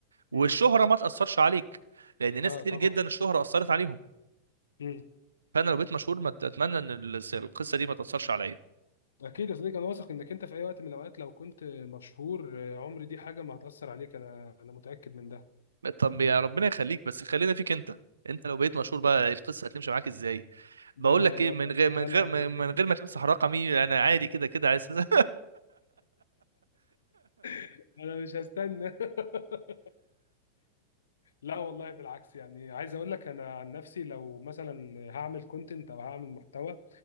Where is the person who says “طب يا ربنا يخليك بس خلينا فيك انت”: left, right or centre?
Right